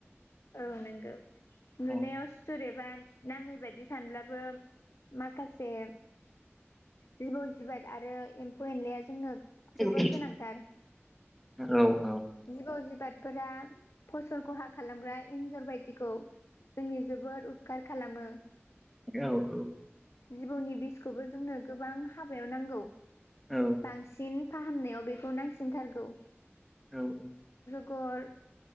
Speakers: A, on the left; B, in the centre.
A: औ नंगौ। नुनायाव
B: औ
A: स्टुरेभान नाङै बायदि सानब्लाबो माखासे जिबौ जिबाद आरो एम्फौ एनलाया जोंनो जोबोर
B: औ
A: गोनांथार
B: औ औ
A: जिबौ जिबाद फोरा फसल खहा खालामग्रा एन्जर बायदिखौ जोंनि जोबोर उपखार खालामो।
B: औ औ।
A: जिबौनि बिसखौबो जोंनो गोबां हाबायाव नांगौ।
B: औ
A: बांसिन फाहामनायाव बेखौ नांसिनथारगौ
B: औ औ
A: गर